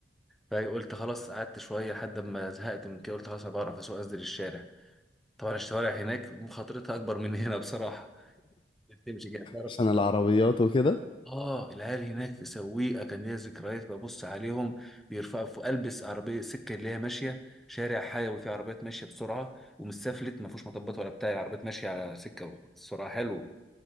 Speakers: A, in the centre; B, on the left.
A: فقلت خلاص قعدت شوية لحد ما زهقت من كده قلت خلاص أنا بعرف أسوق أنزل الشارع طبعا الشوارع هناك مخاطرتها أكبر من هنا بصراحة <laughs> بتمشي كده تعرف
B: عشان العربيات وكده
A: اه العيال هناك في سويقة كان ليا ذكريات ببص عليهم بيرفعوا في البس عربية سكة اللي هي ماشية شارع حيوي فيه عربيات ماشية بسرعة ومستفلت ما فيهوش مطبات ولا بتاع العربيات ماشية على سكة سرعة حلوة